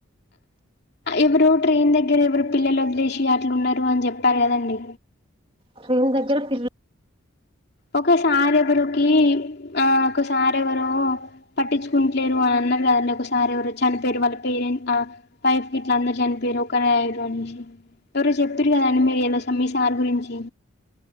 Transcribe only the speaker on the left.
ఎవరు ట్రైన్ దగ్గర ఎవరు పిల్లలు వదిలేసి అట్లున్నారు అని చెప్పారు కదండి
ఒకసారు ఎవరుకి ఆ ఒకసార్ ఎవరో పట్టించుకుంటలేరు అని అన్నారు కదండి ఒకసారు ఎవరో చనిపోయిరు వాళ్ళ పేరెంట్ ఆ వైఫ్ గిట్ల అందరు చనిపోయిరు కన ఎవరో అనేసి ఎవరో చెప్పిరు కదాండి మీరు ఎలొ స మీ సర్ గురించి